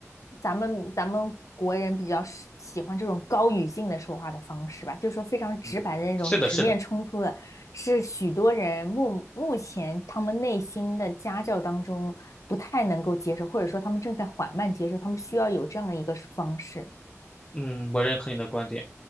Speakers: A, on the left; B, on the left.
A: 咱们咱们国人比较喜喜欢这种高语境的说话的方式吧，就是说非常直白的那种直面冲突的，
B: 嗯，是的，是的，
A: 是许多人目目前他们内心的家教当中不太能够接受，或者说他们正在缓慢接受，他们需要有这样的一个方式。
B: 嗯，我认可你的观点。